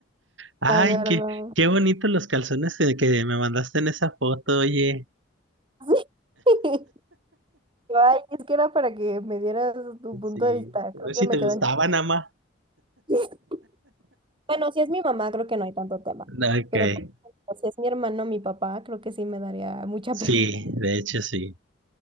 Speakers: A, on the right (about 75°); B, on the right (about 25°).
A: Ay,
B: La verdad.
A: qué, qué bonitos los calzones que, que me mandaste en esa foto, oye.
B: <laughs> Ay, es que era para que me dieras tu punto
A: Sí.
B: de vista. Creo
A: A ver
B: que
A: si
B: me
A: te
B: quedan
A: gustaban, ama.
B: chistes. Bueno, si es mi mamá, creo que no hay tanto tema.
A: Ok.
B: Pero por ejemplo, si es mi hermano, mi papá, creo que sí me daría mucha
A: Sí,
B: <laughs> pena.
A: de hecho sí.